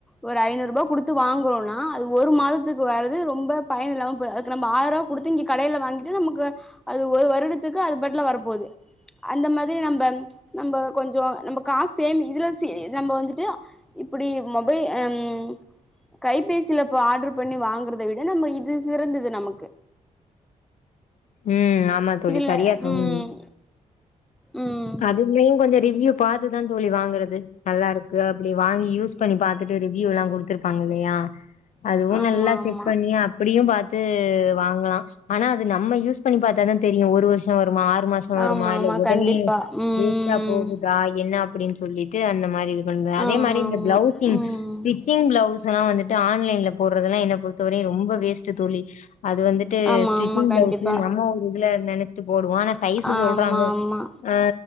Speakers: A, in the centre; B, on the left.
A: ஒரு ஐநூறு ரூபா கொடுத்து வாங்குறோம்னா அது ஒரு மாதத்துக்கு வரது ரொம்ப பயன் இல்லாம போகுது அதுக்கு நம் ஆயிரம் ரூபா கொடுத்து இங்க கடையில வாங்கிட்டு நமக்கு அது ஒரு வருட த்துக்கு அது பாட்டுல வரப்போது அந்த மாதிரி நம்ம நம்ம கொஞ்சம் நம்ம காசு சேம் இதுலாம் ச நம்ம வந்துட்டு இப்படி மொபைல்ஹம் கைபேசியிலப்ப ஆர்டர் பண்ணி வாங்குறதை விட நம்ம இது சிறந்தது நமக்கு
B: உம் ஆமா தோழி
A: இதுல
B: சரியா சொன்னே
A: ம்
B: நீ
A: ம்
B: அதுலயும் கொஞ்சம் ரிவ்யூ பார்த்துதான் தோழி வாங்குறது நல்லா இருக்கு அப்படி வாங்கி யூஸ் பண்ணி பாத்துட்டு ரிவ்யூ எல்லாம் குடுத்துருப்பாங்க இல்லையா அதுவும்
A: ஆமா
B: நல்லா
A: ஆமா
B: செக் பண்ணி அப்படியும் பா வாங்கலாம் ஆனா அது நம்ம யூஸ் பண்ணி பார்த்தா தான் தெரியும் ஒரு வருஷமா? ஆறு ஒரு மாசம் வருமா
A: ஆமா
B: இல்ல
A: ஆமா
B: உடனே
A: கண்டிப்பா ம்
B: வேஷ்டா போகுதா? என் என்ன அப்படின்னு சொல்லிட்டு அந்த மாரி இருக்கு பண்றேன் அதே
A: ஆமா
B: மாரி இந்த
A: ஆமா
B: பிளவுசிங்
A: ம்
B: ஸ்டிச்சிங் பிளவுஸ் ல்லாம் வந்துட்டு ஆன்லைன்ல போடுறதெல்லாம் என்ன பொறுத்தவரையும் ரொம்ப வேஸ்ட் தோழி அது வந்துட்டு
A: ஆமா
B: ஸ்டிச்சிங்
A: ஆமா கண்டிப்பா
B: பிளவுஸ் நம்ம ஒரு இல்ல இல்ல நெனச்சிட்டு போ போடுவான் ஆனா சைஸ்ஸு
A: ஆமா
B: சொல்றாங்க
A: ஆமா
B: ஆ